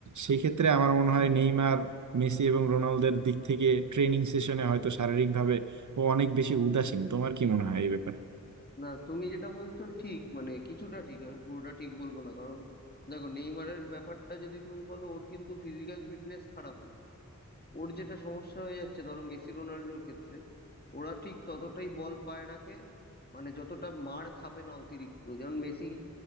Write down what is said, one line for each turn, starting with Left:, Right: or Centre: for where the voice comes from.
Right: সেই ক্ষেত্রে আমার মনে হয় নেইমার মেসি এবং রোনালদোর দিক থেকে ট্রেনিং সেশনে হয়তো শারীরিকভাবে ও অনেক বেশি উদাসীন তোমার কি মনে হয় এই ব্যাপারে
Left: না তুমি যেটা বলছো ঠিক মানে কিছুটা ঠিক আমি পুরোটা ঠিক বলবো না কারণ দেখো নেইমারের ব্যাপারটা যদি তুমি বলো ওর কিন্তু ফিজিক্যাল ফিটনেস খারাপ না ওর যেটা সমস্যা হয়ে যাচ্ছে ধরো মেসি রোনাল্ডোর ক্ষেত্রে ওরা ঠিক ততটাই বল পায়ে রাখে মানে যতটা মার খাবে না অতিরিক্ত যেমন মেসি